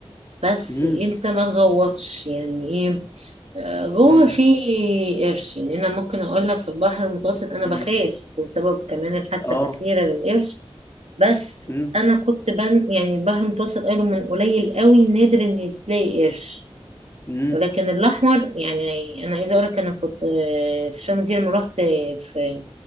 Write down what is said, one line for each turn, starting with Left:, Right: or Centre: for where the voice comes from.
Right: بس
Left: مم.
Right: انت ما تغوطش يعني ايه آه، جوه
Left: مم.
Right: في قرش يعني انا ممكن اقول لك في البحر المتوسط انا
Left: مم.
Right: بخاف بسبب كمان الحادثه
Left: آه
Right: الاخيره للقرش بس
Left: مم.
Right: انا كنت بن يعني البحر المتوسط قالوا من قليل قوي نادر ان تلاقي قرش
Left: مم.
Right: ولكن الاحمر يعني انا عايزه اقول لك انا كنت آه، في شرم دي لما رحت في